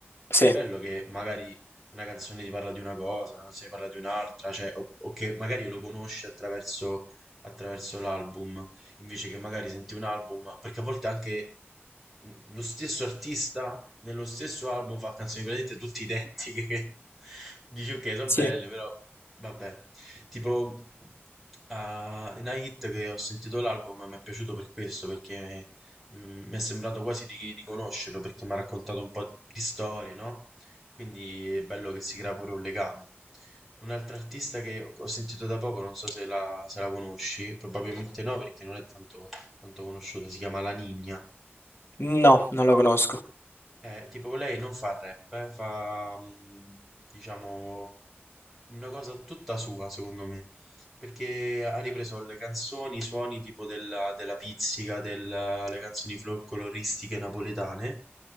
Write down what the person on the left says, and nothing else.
sì,
sì.
No, non lo conosco.